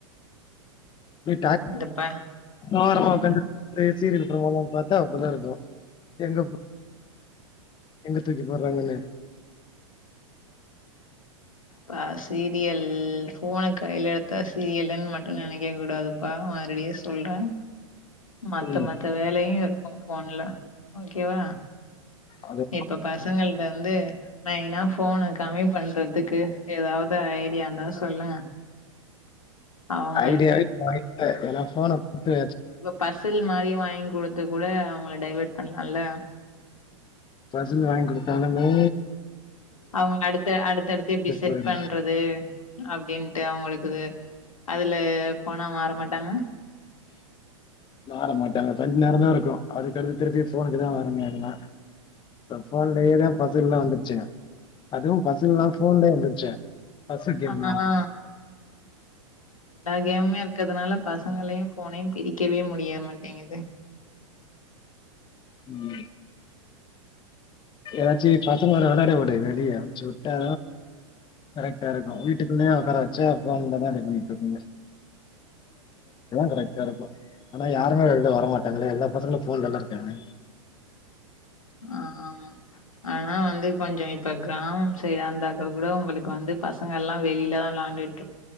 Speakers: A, on the left (about 30°); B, on the left (about 85°).
A: ட்டா
B: இந்த ப
A: ஓரமாவொக்கான்டு
B: ம்
A: சீரியல் புரோகிராமொவ் பாத்தா அப்டிதாருக்கும் எங்க எங்க தூக்கி போர்றாங்கன்னே
B: ப்பா சீரியல் போன கையிலெடுத் தா சீரியலுன் மட்டு நெனைக கே கூடாதுப்பா மறுபடியு சொல்றே மத்த
A: ம்
B: மத்த வேலெயு உன் போன்லெ ஓகேவா
A: அது
B: இப்பொ பசங்கள்ட்ட வந்து மெயினா போனு கமி பண்றதுக் கு ஏதாவது ஐடியாருந்தா சொல்லுங்க அவங்களுக்கு
A: ஐடியாவே வாங்கி <unintelligible> ஏனா போன குடுத்து
B: பசுல் மாதிரி வாங்கிகுடுத்து கூட அவங்கள டைவேர்ட் பண்ணலாம்ல்ல
A: பசுல் வாங்கி கொடுத்தாலுமே
B: அவங்க அடுத்த அடுத்தடுத்து எப்படி செட்
A: போயிரு
B: பண்றது அப்படின் அவங்களுக்கு அதுல போனா மாற மாட்டாங்க
A: மாற மாட்டாங்க கொஞ்ச நேரம தான் இருக்கும் அதுக்கடுத்து திருப்பி போனுக்கு தான் வருங்க அதெலா இப்ப போன்லேயேதான் பசில்லாம் வந்துருச்சே அதுவும் பசில்லாம் போன்லயே வந்துருச்சே பசில் கேம்லாம்
B: அ ஆ கேமே இருக்கிறதுனால பசங்களையும் போனையும் பிரிக்கவே முடிய மாட்டேங்குது
A: உம் ஏதாச்சும் பசங்களோட விளையாட விடு வெளிய விட்டா கரெக்டா இருக்கும் வீட்டுக்குள்ளயே வச்சா போன்ல தான் பண்ணிக்கோ கரெக்ட இருக்கும் ஆனா யாருமே வெளில வர மாட்டாங்களே எல்லா பசங்களும் போன்லல்லாம் இருக்காங்க
B: ஆஹ் ஆமா ஆனா வந்து கொஞ்சம் இப்போ கிராமம் சைடா இருந்தாக்க கூட உங்களுக்கு வந்து பசங்கள்லாம் வெளியில தான் விளாண்டுட்ட